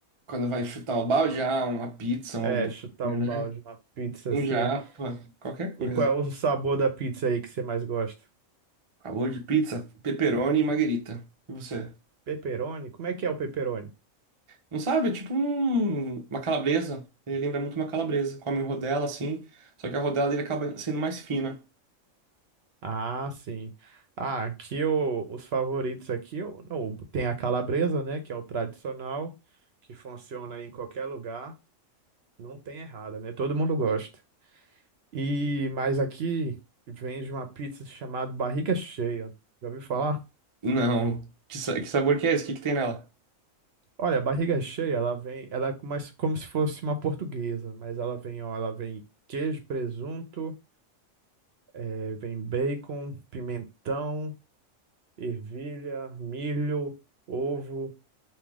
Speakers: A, on the right (about 35°); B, on the right (about 55°).
A: Quando vai chutar o balde, ah, uma pizza, um
B: É,
A: hambúrguer,
B: chutar o
A: né?
B: balde, uma pizza,
A: Um
B: assim.
A: japa, qualquer
B: E
A: coisa.
B: qual é o sabor da pizza aí que você mais gosta?
A: acabou de pizza, pepperoni e marguerita. E você?
B: Pepperoni? Como é que é o pepperoni?
A: Não sabe? É tipo um- uma calabresa. Ele lembra muito uma calabresa. Come rodela assim, só que a rodela dele acaba sendo mais fina.
B: Ah, sim. Ah, aqui o- os favoritos aqui, eu- não, tem a calabresa, né, que é o tradicional, que funciona em qualquer lugar. Não tem errada, né? Todo mundo gosta. E, mas aqui vende uma pizza chamada barriga cheia. Já ouviu falar?
A: Não. Que, sa- que sabor que é esse? O que que tem nela?
B: Olha, a barriga cheia, ela vem, ela é como mais- como se fosse uma portuguesa, mas ela vem, ó, ela vem queijo, presunto, eh, vem bacon, pimentão, ervilha, milho, ovo.